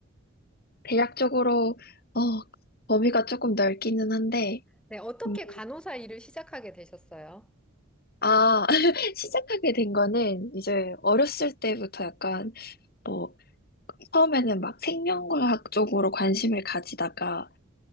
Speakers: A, on the left; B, in the centre.
A: 대략적으로, 어, 범위가 조금 넓기는 한데,
B: 네, 어떻게
A: 음,
B: 간호사 일을 시작하게 되셨어요?
A: 아, <laughs> 시작하게 된 거는 이제 어렸을 때부터 약간, 뭐, 처음에는 막 생명과학 쪽으로 관심을 가지다가,